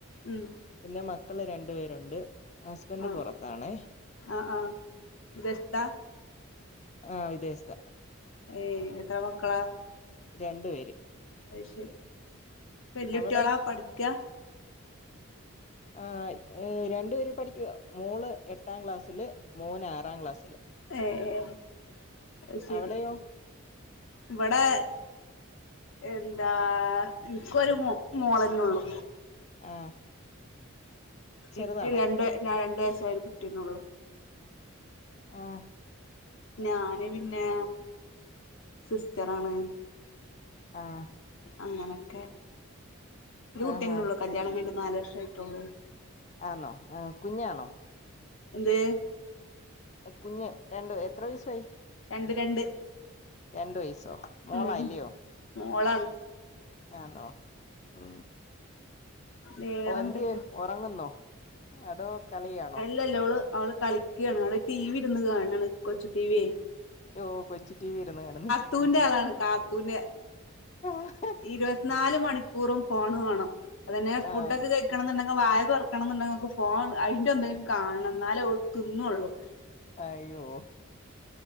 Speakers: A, on the left; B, on the left.
A: ഉം
B: പിന്നെ മക്കള് രണ്ടു പേരുണ്ട് ഹസ്ബന്റ്
A: ആഹ്
B: പൊറത്താണേ
A: ആഹ് ആഹ് വ്യസ്ടാ
B: ആ വിദേശ്ത്ത
A: ഏയ് എത്ര മക്കളാ
B: രണ്ടു പേര്
A: അത് ശരി വെല്ലുട്ട്യാളാ
B: അവിടോ
A: പഠിക്കാ
B: ആ രണ്ടുപേരെ പഠിക്കുക മോൾ എട്ടാം ക്ലാസ്സില് മൂന്ന ആറാം ക്ലാസ്സില്
A: ഏഹ് ഏഹ് അഹ് ശരി
B: അവിടെയോ
A: ഇവടെ എന്താ ഇൻക്കൊരു മോ മോളന്നള്ളൂ
B: ആ ചെറുതാണോ
A: ഇക്ക് രണ്ട് ഞാ രണ്ട് വയസ്സായ ഒരു കുട്ടിന്നെ ഒള്ളു
B: ആ
A: ഞാന് പിന്നെ സിസ്റ്ററാണ്
B: ആഹ
A: അങ്ങനെക്കെ ഒരു കുട്ടി
B: ആഹാ
A: ന്നെയെള്ളൂ കല്യാണം കഴിഞ്ഞിട്ട് നാല് വർഷ ആയിട്ടുള്ളൂ
B: ആന്നോ ആ കുഞ്ഞാണോ
A: എന്തേ
B: കുഞ്ഞ് രണ്ടോ എത്ര വയസായി
A: രണ്ടു രണ്ട്
B: രണ്ടു വയസ്സോ മോളാല്ലയോ
A: ഉം മോളാണ്
B: ഞാനോ ഉ
A: വേറെന്തൊക്കെ
B: ഓ എന്തെ ഉറങ്ങുന്നോ അതോ കളിയാണോ
A: ല്ലോ അവള് കളിക്കയാണ് അവള ടി വി ഇരുന്ന് കാണാണ് കൊച്ചു ടിവിയെ
B: ഓഹ കൊച്ചു ടിവി ഇരുന്ന കാണുന്ന
A: കാത്തുന്റെ ആളാണ് കാത്തുന്റെ
B: ആഹ്
A: ഇരുവത്ത്നാല് മണിക്കൂറും ഫോണ് വാണം അതന്നെ ഫുഡൊക്കെ
B: ആ
A: ക വായ തുറക്കണം എന്നുണ്ടെങ്കിൽ വായ തുറക്കണം എന്നുണ്ടെങ്കിൽ അവൾക്ക് ഫോൺ അതിന്റെറെ എന്തേലും കാണണം എന്നേലേ തിന്നള്ളൂ
B: അയ്യോ